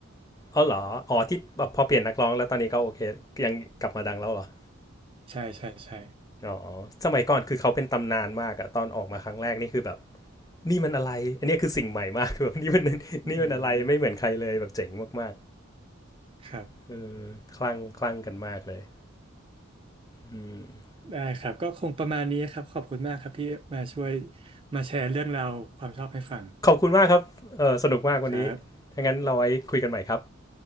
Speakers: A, on the left; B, on the right.
A: ออเหรออ๋อที่พอเปลี่ยนนักร้องแล้วตอนนี้ก็โอเคยังกลับมาดังแล้วเหรอ
B: ใช่ใช่ใช่
A: อ๋อสมัยก่อนคือเขาเป็นตำนานมากอะตอนออกมาครั้งแรกนี่คือแบบนี่มันอะไรอันนี้คือสิ่งใหม่มากคือแบบนี่มันนี่มันอะไรไม่เหมือนใครเลยแบบเจ๋งมาก
B: อืมครับ
A: ๆเออคลั่งคลั่งกันมากเลยอืม
B: ได้ครับก็คงประมาณนี้ครับขอบคุณมากครับที่มาช่วยมาแชร์เรื่องราวความชอบให้ฟัง
A: ขอบคุณมากครับเออสนุกมากวันนี้ถ้างั้นเราไว้คุยกันใหม่ครับ
B: ครับ